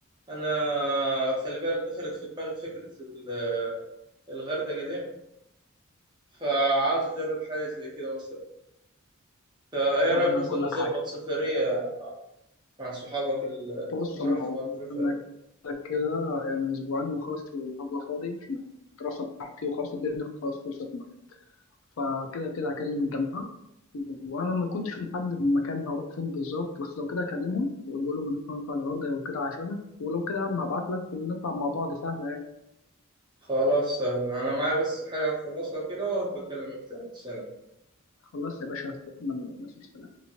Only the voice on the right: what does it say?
أنا خلي بالك دخلت في دماغي فكرة ال- الغردقة دي فعاوز أجرب حاجة زي كده مثلا فإيه
رأيك
مثلا
نظبط
سفرية مع صحابك ال-
اللي
رحت
مع الدور
اللي
فات
خلاص سهل انا معايا بس حاجة اخلصها كده وهبقى اكلمك تاني سلام